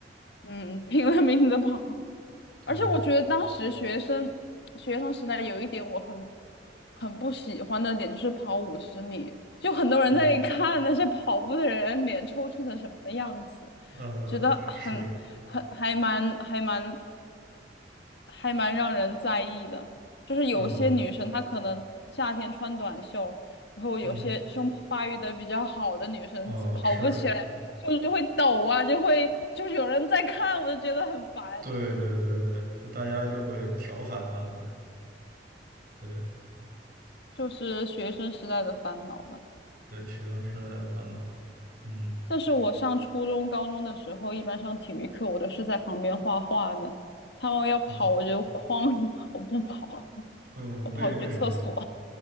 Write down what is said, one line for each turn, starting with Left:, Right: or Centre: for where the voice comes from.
Left: 嗯，拼了命的跑。
Right: 对，
Left: 而且我觉得当时学生学生时代有一点我很很不喜欢的点就是跑五十米，就很多人在那看那些跑步的人脸抽搐成什么样子，
Right: 嗯，呃，
Left: 觉得很很还蛮还蛮
Right: 是，
Left: 还蛮让人在意的。就是有些女生她可能夏天穿短袖，
Right: 嗯
Left: 然后有些胸部发育的比较好的女生跑步起来就就会抖啊，
Right: 嗯，哦，是，
Left: 就会就是有人在看，我就觉得很烦。
Right: 对对对，就大家就会调侃他们，对
Left: 就是学生时代的烦恼吧。
Right: 对，学生时代的烦恼，嗯，
Left: 但是我上初中、高中的时候，一般上体育课，我都是在旁边画画的。他们要跑，
Right: 嗯，
Left: 我就哐，<laughs> 我不跑，
Right: 呃，
Left: 我跑去厕所，
Right: 为为什么？